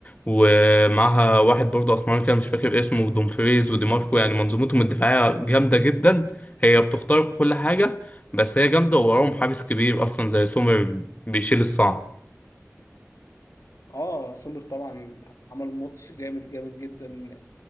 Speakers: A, on the left (about 30°); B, on the left (about 80°).
A: ومعاها واحد برضه أسمراني كده مش فاكر اسمه ودومفريز ودي ماركو يعني منظومتهم الدفاعية جامدة جدا هي بتخترق كل حاجة بس هي جامدة ووراهم حارس كبير أصلا زي سومر بيشيل الصعب
B: اه سومر طبعا عمل ماتش جامد جامد جدا